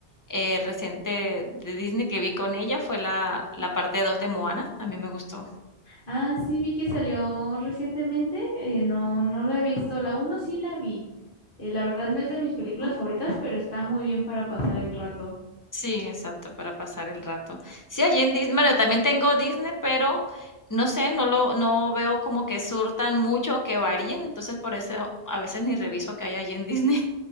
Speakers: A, on the left; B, on the left.
A: eh, reciente de Disney que vi con ella fue la, la parte dos de Moana, también me gustó.
B: Ah, sí, vi que salió recientemente. eh, no, no la he visto. La uno sí la vi. Eh, la verdad no es de mis películas
A: Ujú.
B: favoritas, pero está muy bien para pasar el rato.
A: Sí, exacto, para pasar el rato. Sí, allí en Disney, bueno, también tengo Disney, pero no sé, no lo, no veo como que surtan mucho o que varíen, entonces por eso a veces ni reviso que hay allí en Disney.